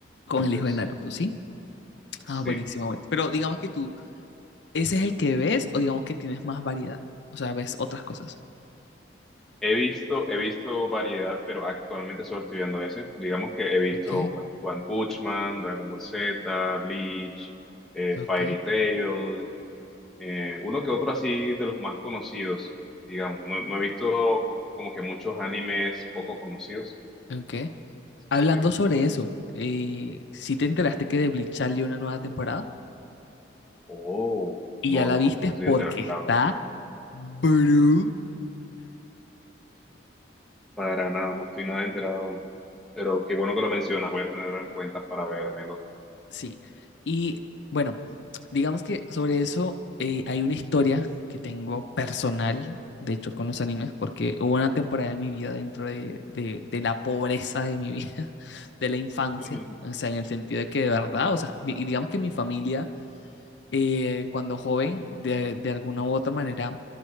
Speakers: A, on the left; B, in the centre.
A: con
B: Entonces,
A: el hijo de Naruto, ¿sí?
B: sí,
A: Ah, buenísimo, bueno. Pero digamos que tú ¿Ese es el que ves o digamos que tienes más variedad? O sea, ves otras cosas.
B: he visto, he visto variedad, pero actualmente solo estoy viendo ese. Digamos que he visto
A: Ok,
B: One, One Punch Man, Dragon Ball Z, Bleach, eh,
A: ok,
B: Fairy Tail, eh, uno que otro así de los más conocidos, digamos. No, no he visto como que muchos animes poco conocidos
A: ok. Hablando
B: Sí.
A: sobre eso, eh, si te enteraste que de Bleach salió una nueva temporada
B: Oh,
A: y
B: no,
A: ya la
B: no,
A: viste
B: no estoy
A: porque
B: enterado.
A: está brutal.
B: Para nada, no estoy nada enterado. Pero qué bueno que lo mencionas, voy a tenerlo en cuenta para vérmelo.
A: Sí. Y bueno, digamos que sobre eso eh, hay una historia que tengo personal, de hecho, con los animes, porque hubo una temporada de mi vida dentro de, de- de la pobreza de mi vida, <laughs> de la infancia,
B: <laughs>
A: o sea, en el sentido de que de verdad, o sea, mi- y digamos que mi familia, eh, cuando joven, de, de alguna u otra manera,